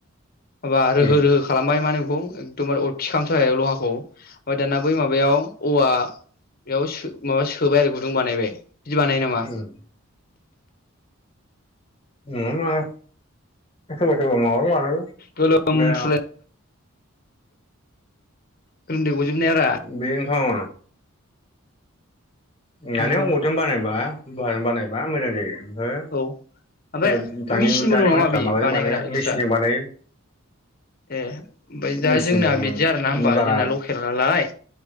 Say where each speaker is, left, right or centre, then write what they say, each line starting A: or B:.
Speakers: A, on the left; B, on the left.
A: माबा रोहो
B: उम
A: रोहो खालामबाय माने खौ एकदमबारे अरखि खामथारनाय लहाखौ <unintelligible> दाना बै माबायाव औवा बेयाव सो-माबा सोबाय आरो। <unintelligible> बानायबाय। बिदि बानायो नामा
B: उम <unintelligible>
A: गोलोम
B: बे
A: <unintelligible> गोलोमदै गजोबनाय रा
B: बेनोथ' माने
A: बेनोथ'
B: अरजों बानायबा <unintelligible> बानायबा मोजां जायो। ओमफाय
A: औ ओमफ्राय
B: सोरबा दानि
A: मेचिनबो
B: दानि
A: दं
B: मानसिफ्रा
A: नामा बे
B: माबाजों
A: बानायग्रा
B: बानायो
A: एक्सट्रा
B: मेसिनजों बानायो
A: ए ओमफ्राय दा
B: मेसिनजों
A: जोंना बिदि आरोना होमबा
B: बारा
A: जोंना लकेल नालाय